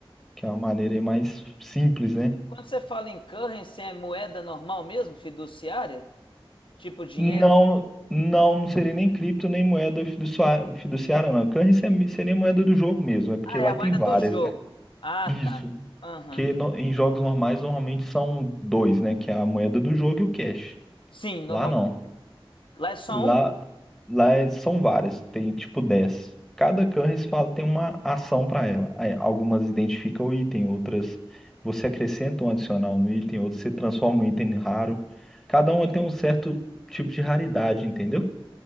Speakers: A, in the centre; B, on the left.
A: Que é uma maneira aí mais simples, né?
B: Quando você fala em currency, é moeda normal mesmo, fiduciária? Tipo dinheiro?
A: Não, não, não seria nem cripto, nem moeda fiducia- fiduciária, não. Currency é- seria moeda do jogo mesmo, é porque
B: Ah,
A: lá
B: é a
A: tem
B: moeda
A: várias,
B: do jogo.
A: né?
B: Ah,
A: Isso,
B: tá. Aham.
A: Que no- em jogos normais normalmente são dois, né? Que é a moeda do jogo e o cash.
B: Sim, normalmente.
A: Lá não.
B: Lá é só
A: Lá,
B: uma.
A: lá é- são várias, tem tipo 10. Cada currency fala tem uma ação para ela. Aí, algumas identificam o item, outras você acrescenta um adicional no item, outras você transforma um item em raro. Cada uma tem um certo tipo de raridade, entendeu?